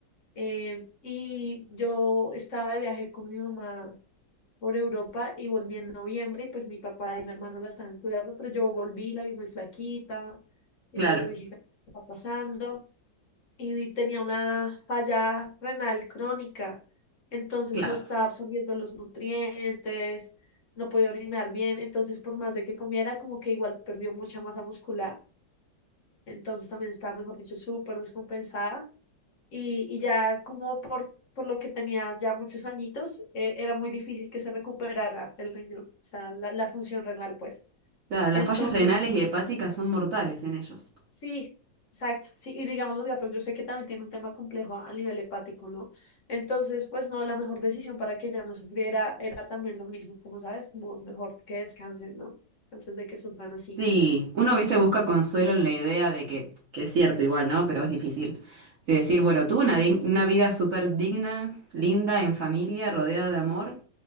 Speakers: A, on the left (about 50°); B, on the right (about 60°).
A: eh, y yo estaba de viaje con mi mamá por Europa y volví en noviembre y pues mi papá y mi hermano la estaban cuidando, pero yo volví, la vi muy flaquita. Y
B: Claro,
A: yo dije, ¿qué está pasando? y tenía una falla renal crónica, entonces
B: claro,
A: no estaba absorbiendo los nutrientes, no podía orinar bien, entonces por más de que comiera, como que igual perdió mucha masa muscular, entonces también estaba, mejor dicho, súper descompensada y, y ya como por, por lo que tenía ya muchos añitos, eh, era muy difícil que se recuperara el riñón, o sea, la, la función renal, pues.
B: claro. Las
A: Entonces,
B: fallas renales y hepáticas son mortales en ellos.
A: Sí, exacto. Sí, y digamos, los gatos, yo sé que también tiene un tema complejo a, a nivel hepático, ¿no? Entonces, pues no, la mejor decisión para que ella no sufriera era también lo mismo, como sabes, como mejor que descansen, ¿no? Antes de que sufran así.
B: Sí, uno, viste, busca consuelo en la idea de que, que es cierto igual, ¿no? Pero es difícil. De decir, bueno, tuve una, dig- una vida súper digna, linda, en familia, rodeada de amor.